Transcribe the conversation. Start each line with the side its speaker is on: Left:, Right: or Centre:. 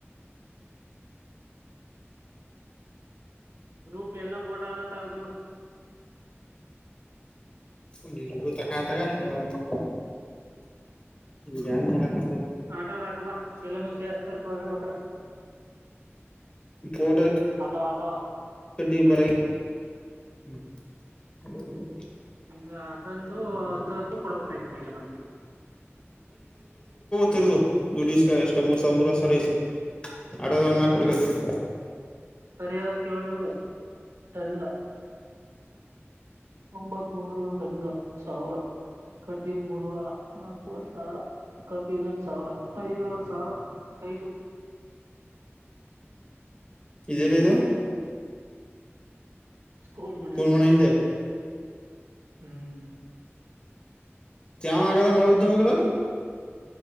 Right: ಗ್ರೂಪ್ ಎಲ್ಲಾ ಪೋಟ ಆದದ ತಗದು್ ನೋಡು
Left: ನೀಡು ತಗತಗ ಯಾವತ್ ಈಗ ನ್ ಹೇಳತ್ತ
Right: ಆಟ ತಾಕಬಾ ಎಲ್ಲನೂ ಸೇಸ್ ತರ್ಕವಾಗಬೇಕ್ರ
Left: ಫೋಟಟ್ಟ
Right: ಆಟೋ ಆಟೋ
Left: ಬ <unintelligible> ಹ್ಮ್ ಅ. <inaudible>
Right: ಹಿಂಗ ತಂದು ತರ್ದು ಕೊಡಬೇಕಾಯ್ತ ಈಗ ನಾನು.
Left: ತಿರುಗು ದುಡ್ಡು ಇಸ್ಕ ಎಷ್ಟ ಮೂರ್ ಸಾವರ ಮೂರ್ರ್ ಸರ ಇಸ್ಕ ಆಡ ಅಣ್ಣ ಕೊಡಬೇಕು ಈಗ.
Right: ಸರಿಯ ಏಳ್ನೂರು ಟನ್ಗ. ತೊಂಬತ್ ಮುನ್ನೂರು ಟನ್ಗ ಸಾವಿರ ಕಡ್ಡಿ ಮೂರುವರ ನಾಕವರೆ ಸಾವಿರ ಕಪಿಗ ಒಂದ್ ಸಾವಿರ ಐದುವರು ಸಾವಿರ ಕೈಸು <inaudible>
Left: ಇದದೆೇರದು
Right: ಸ್ಕೂಲ್ ಮನೆಯಿಂದ
Left: ಮನೆ ಹಿಂದೆ
Right: ಹ್ಮ್
Left: ಜಾವ ಆಗದ ಮಾಡುವ್ದಮ್ಮಗೆದ